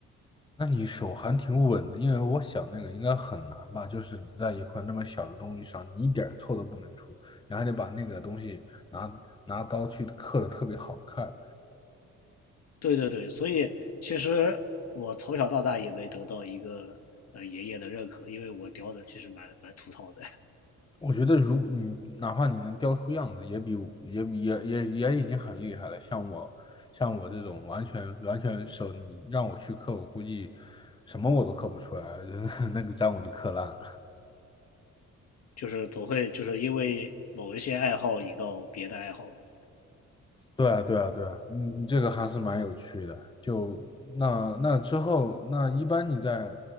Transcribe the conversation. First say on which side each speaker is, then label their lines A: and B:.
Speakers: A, on the left; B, on the left.
A: 那你手还挺稳的，因为我想那个应该很难吧，就是你在一块那么小的东西上，你一点儿错都不能出，你还得把那个东西拿拿刀去刻的特别好看。
B: 对对对，所以其实我从小到大也没得到一个呃爷爷的认可，因为我雕的其实蛮蛮粗糙的，
A: 我觉得如果你哪怕你能雕出样子，也比我也比也也也已经很厉害了。像我像我这种完全完全手，你让我去刻，我估计什么我都刻不出来，<laughs> 就是那个章我就刻烂了。
B: <laughs> 就是总会就是因为某一些爱好引到别的爱好吧，
A: 对啊，对啊，对啊，嗯，这个还是蛮有趣的。就那那之后，那一般你在